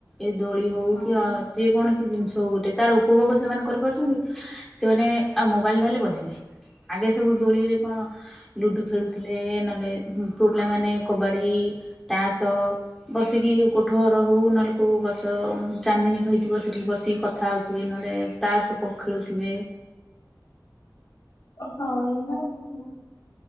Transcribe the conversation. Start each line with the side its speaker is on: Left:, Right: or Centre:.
Centre: ଏଇ ଦୋଳି ହୋଉ
Left: ହଁ।
Centre: କି ଅ ଯେ କୌଣସି ଜିନଷ ହୋଉ ଗୋଟେ ତାର ଉପଭୋଗ ସେମାନେ କରିପାରୁଛନ୍ତି କି ସେମାନେ ଆଉ ମୋବାଇଲ୍ ଧଇଲେ ବସିଲେ। ଆଗେ ସବୁ ଦୋଳିରେ କଣ ଲୁଡ଼ୁ ଖେଳୁଥିଲେ ନହେଲେ ପୁଅ ପିଲାମାନେ କବାଡ଼ି ତାସ ବସିକି ଯୋଉ କୋଠଘର ହୋଉ ନହେଲେ କୋଉ ଗଛ ଚାନ୍ଦିନୀ ହେଇଥିବ ସେଠି ବସିକି କ କଥା ହୋଉଥିବେ ନହେଲେ ତାସ ପ ଖେଳୁଥିବେ।
Left: ଅ ହଁ ଏଇନା ଆଉ କିଛି ନାଇଁ।